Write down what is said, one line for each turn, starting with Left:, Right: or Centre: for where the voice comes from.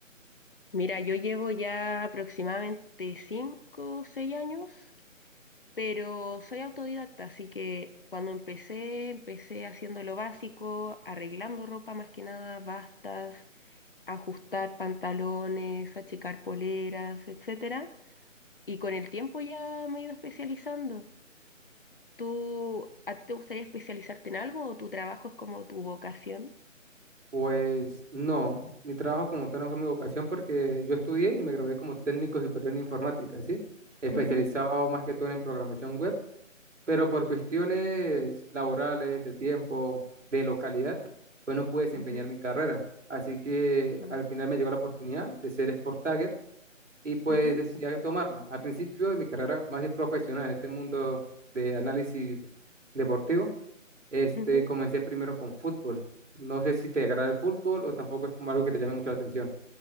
Left: mira, yo llevo ya aproximadamente 5, o 6 años, pero soy autodidacta, así que cuando empecé, empecé haciendo lo básico, arreglando ropa más que nada, bastas, ajustar pantalones, achicar poleras, etcétera. Y con el tiempo ya me he ido especializando. ¿Tú, a ti te gustaría especializarte en algo o tu trabajo es como tu vocación?
Right: Pues no, mi trabajo como tal no fue mi vocación porque yo estudié y me gradué como técnico superior en informática, ¿sí? Especializado
Left: Ujú,
Right: más que todo en programación web, pero por cuestiones laborales, de tiempo, de localidad, pues no pude desempeñar
Left: ujú,
Right: mi carrera. Así que
Left: mm,
Right: al final me llegó la oportunidad de ser Sport Tagger y pues
Left: ujú,
Right: decidí tomarla. Al principio de mi carrera más de profesional en este mundo de análisis deportivo este,
Left: ujú.
Right: comencé primero con fútbol. No sé si te agrada el fútbol o tampoco es como algo que te llame mucho la atención.